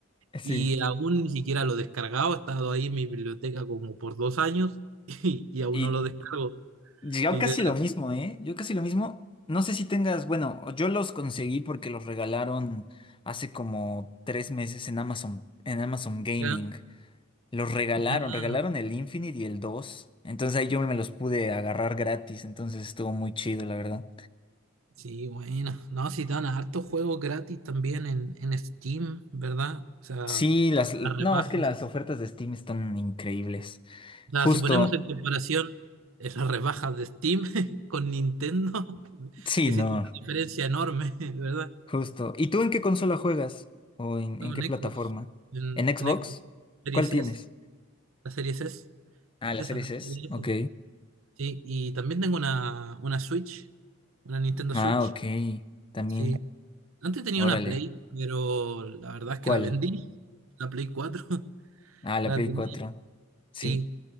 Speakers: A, on the left (about 25°); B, on the right (about 75°).
A: <laughs>
B: y
A: sí.
B: aún ni siquiera lo he descargado. Ha estado ahí en mi biblioteca como por dos años <laughs> y, y aún
A: Y
B: no lo descargo.
A: yo
B: Y
A: casi
B: de
A: lo mismo, ¿eh? Yo casi lo mismo. No sé si tengas, bueno, yo los conseguí porque los regalaron hace como tres meses en Amazon, en Amazon Gaming.
B: verdad,
A: Los regalaron,
B: ah,
A: regalaron el Infinite y el dos Entonces ahí yo me los pude agarrar gratis, entonces estuvo muy chido, la verdad.
B: sí, bueno. No, si dan hartos juegos gratis también en, en Steam, ¿verdad? O sea,
A: Sí, las...
B: a rebaja.
A: No, es que las ofertas de Steam están increíbles.
B: sea,
A: Justo,
B: si ponemos en comparación eh, las rebajas de Steam <laughs> con Nintendo, <laughs>
A: sí,
B: existe
A: no,
B: una diferencia enorme, <laughs> ¿verdad?
A: justo. ¿Y tú en qué consola juegas? ¿O en,
B: Juego
A: en qué
B: en
A: plataforma?
B: Xbox, en,
A: ¿En Xbox?
B: en Xbox Series
A: ¿Cuál tienes?
B: S, la Series S,
A: Ah, la
B: esa,
A: Series S.
B: Series
A: Ok.
B: S. Sí, y también tengo una, una Switch, una Nintendo
A: Ah,
B: Switch,
A: ok. También.
B: sí. Antes tenía
A: Órale.
B: una Play, pero la verdad es
A: ¿Cuál?
B: que la vendí, la Play cuatro <laughs>
A: Ah, la
B: la
A: Play
B: tenía
A: cuatro Sí.
B: Sí,